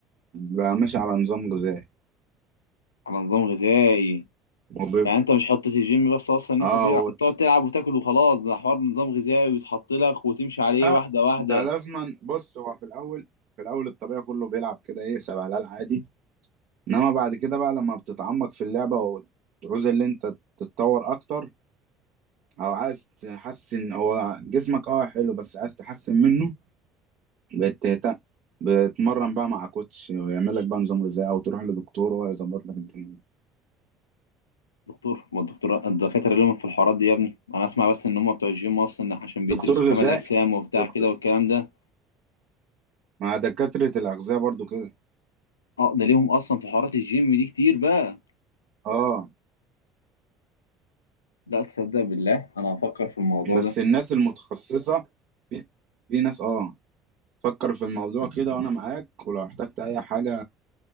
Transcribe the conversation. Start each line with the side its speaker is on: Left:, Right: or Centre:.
Right: بقى ماشي على نظام غذائي
Left: على نظام غذائي
Right: وب...
Left: يعني انت مش حطة الجيم بس اصلا ان
Right: اه
Left: انت تلع- تقعد تلعب وتاكل وخلاص ده حوار نظام غذائي ويتحط لك وتمشي عليه
Right: لا
Left: واحده واحده
Right: ده لازما بص هو في الاول في الاول الطبيعي كله بيلعب كده ايه سبهلال عادي انما بعد كده بقى لما بتتعمق في اللعبه وتعوز اللي انت تتطور اكتر او عايز تحسن هو جسمك اه حلو بس عايز تحسن منه بتهتم بتمرن بقى مع كوتش ويعمل لك بقى نظام غذائي او تروح لدكتور هو يظبط لك الدنيا دي.
Left: دكتور ما الدكتور الدكاتره لهم في الحوارات دي يا ابني انا اسمع بس ان هم بتوع الجيم اصلا عشان بيدرسوا
Right: دكتور
Left: كمال
Right: غذائي
Left: اجسام وبتاع
Right: دكتور
Left: كده والكلام ده
Right: مع دكاتره الاغذيه برضو كده
Left: اه ده ليهم اصلا في حوارات الجيم دي كتير بقى
Right: اه
Left: لا تصدق بالله انا هفكر في الموضوع
Right: بس
Left: ده
Right: الناس المتخصصه في في ناس اه فكر في الموضوع كده وانا معاك ولو احتجت اي حاجة